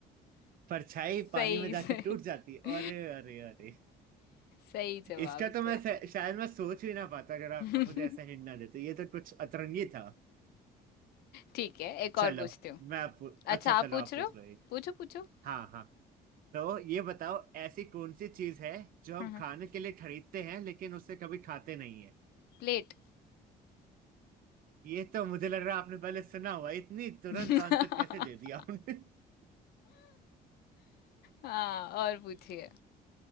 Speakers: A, on the right; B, on the left.
A: परछाई पानी
B: सही
A: में जाके
B: से
A: टूट जाती है
B: <laughs>
A: अरे अरे अरे
B: सही जवाब
A: इसका तो
B: से
A: मैं श- शायद मैं सोच भी ना पाता अगर आप
B: <laughs>
A: मुझे ऐसा हिंट ना देते ये तो कुछ अतरंगी था
B: ठीक है एक
A: चलो
B: और पूछती हूँ
A: मैं आप पू- अच्छा
B: अच्छा आप
A: चलो
B: पूछ
A: आप
B: रहे
A: पूछ
B: हो
A: लो एक
B: पूछो पूछो
A: हाँ हाँ तो ये बताओ ऐसी कौन सी चीज है जो हम
B: हम्म
A: खाने के लिए खरीदते हैं लेकिन उससे कभी खाते नहीं है
B: प्लेट
A: ये तो मुझे लग रहा है आपने पहले सुना हुआ है। इतनी तुरंत
B: <laughs>
A: आंसर कैसे दे दिया आपने <laughs>
B: हाँ और पूछिए